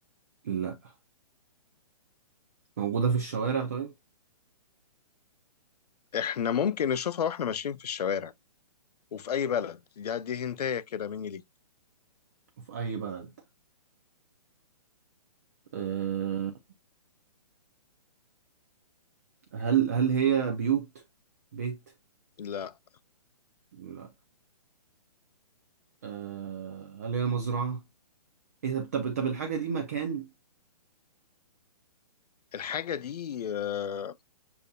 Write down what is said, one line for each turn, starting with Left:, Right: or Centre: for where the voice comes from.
Right: لا موجودة في الشوارع طيب
Left: احنا ممكن نشوفها واحنا ماشيين في الشوارع وفي اي بلد دي دي هنتايه كده مني ليك
Right: في أي بلد أه هل هل هي بيوت بيت
Left: لا
Right: لا أه هل هي مزرعة إيه طب طب طب الحاجة دي مكان
Left: الحاجة دي آه،